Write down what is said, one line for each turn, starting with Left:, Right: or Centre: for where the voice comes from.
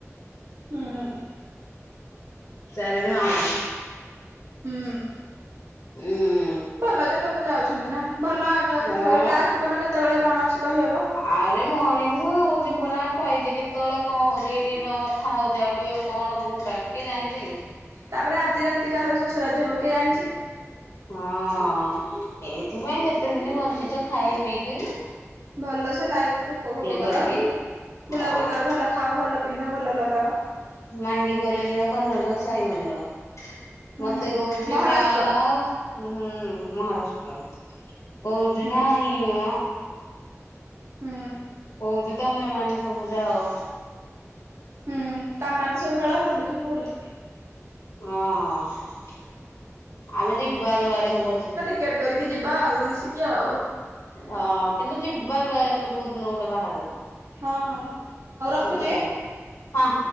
Right: ହୁଁ,
Left: ଚାରିଧାମ
Right: ହୁଁ,
Left: ଉଁ,
Right: ଭଲ ଯେ ଲୋକ ଯାଉଛନ୍ତି ନା, ଭଲ ଆଗୁଆ
Left: ହଁ
Right: ତୀର୍ଥ! କାହା ଜୀବନ କେତେବେଳେ କଣ ଅଛି କହିହେବ?
Left: ଆରେ ମଣିଷ ଜୀବନ ଆମ ପାଇଛେ, କେତେବେଳେ କଣ ହଉଛି, ଏଇଟି ନୂଆ କ କଥା ହଉଛି, ଆଉ ଟିକେ କଣ କୋଉଟା କିଏ ଜାଣିଛି?
Right: ତାପରେ, ଆଜି ରାତି କାହାର ଶେଷ ରାତି ହେବ, କିଏ ଜାଣିଛି?
Left: ହଁ, ଏଇଥିପାଇଁ ଯେତେ ଦିନ ବଞ୍ଚିଛ, ଖାଇପିଇକି
Right: ଭଲ ସେ ଲାଇଫ୍ କୁ ଉପଭୋଗ
Left: କରିକି
Right: କର। ବୁଲାବୁଲି
Left: ହଁ
Right: କର, ଭଲ ଖାଅ, ଭଲ ପିନ୍ଧ, ଭଲ ଲଗାଅ।
Left: ମାଇଁକି କହିଲି ଯିବା କର୍ଣ୍ଣାଟକ ସାଇ ମନ୍ଦିର,
Right: ହୁଁ
Left: ମତେ କହୁଛି
Right: ମହାରାଷ୍ଟ୍ର
Left: ନା ହୁଁ ହୁଁ, ମହାରାଷ୍ଟ୍ର କୋହୁଛି
Right: ହୁଁ
Left: ନାଇମ।
Right: ହୁଁ।
Left: କହୁଚି, ତମେମାନେ ସବୁ ଯାଅ।
Right: ହୁଁ, ତମେମାନେ ତ ମେଳ ହେଇଥିଲୁ ଯିବୁ ବୋଲି?
Left: ହଁ, ଆମେ ଯିବା ଯୁଆଡ଼େ ହେଉ ପଛେ।
Right: ଟିକେଟ୍ କରିକି ଯିବା ଆଉ, ମିଶିକି ଆଉ।
Left: ଆ, କିନ୍ତୁ ଯିବା ଏବେ କୋଉଦିନ ଗୋଟେ ବାହାରକୁ?
Right: ହଁ ହଁ। ହଉ ରଖୁଛି।
Left: ଶୀତଦିନେ, ହଁ।